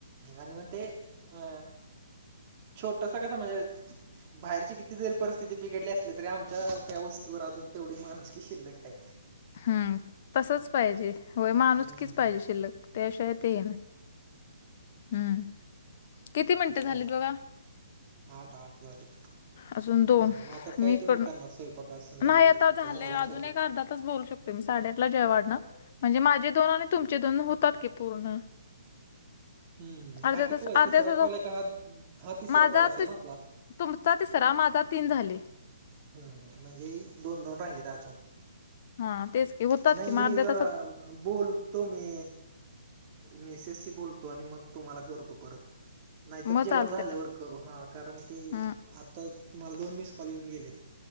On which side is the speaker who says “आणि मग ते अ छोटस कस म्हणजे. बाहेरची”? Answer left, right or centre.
Right